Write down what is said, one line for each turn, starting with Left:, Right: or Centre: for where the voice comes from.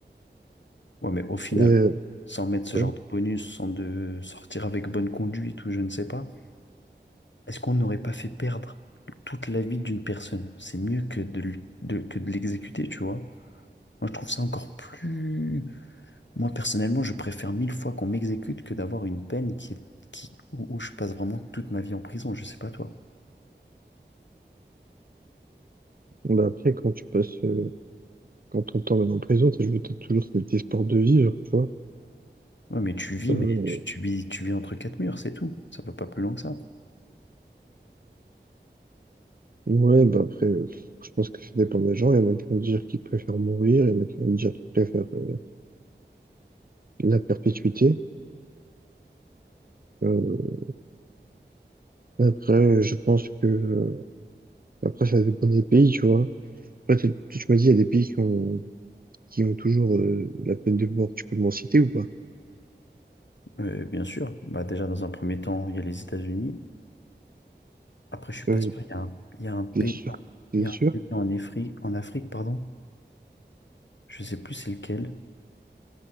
Left: Ouais, mais au final,
Right: Et euh,
Left: sans mettre ce
Right: ouais,
Left: genre de bonus, sans de sortir avec bonne conduite ou je ne sais pas, est-ce qu'on n'aurait pas fait perdre toute la vie d'une personne? C'est mieux que de, l- de- que de l'exécuter, tu vois. Moi, je trouve ça encore plus... Moi, personnellement, je préfère mille fois qu'on m'exécute que d'avoir une peine qui est- qui, où, où je passe vraiment toute ma vie en prison. Je sais pas toi.
Right: Bon, bah après, quand tu passes, euh, quand ton temps en prison, t'as joué peut-être toujours cet espoir de vivre, tu vois.
Left: Ouais, mais tu vis,
Right: Euh,
Left: mais tu, tu vis, tu vis entre quatre murs, c'est tout. Ça va pas plus loin que ça.
Right: ouais, bah après, euh, je pense que ça dépend des gens. Il y en a qui vont dire qu'ils préfèrent mourir, il y en a qui vont dire qu'ils préfèrent euh, la perpétuité. Euh, après, je pense que euh, après ça dépend des pays, tu vois. Après, t'es- tu tu m'as dit il y a des pays qui ont qui ont toujours euh, la peine de mort. Tu peux m'en citer ou pas?
Left: Euh, bien sûr, bah, déjà dans un premier temps, il y a les États-Unis. Après, je suis pas
Right: Euh,
Left: sûr, il y a un, il y a un pays,
Right: t'es sûr? T'es
Left: il y a
Right: sûr?
Left: un pays en Afrique, en Afrique, pardon. Je sais plus c'est lequel.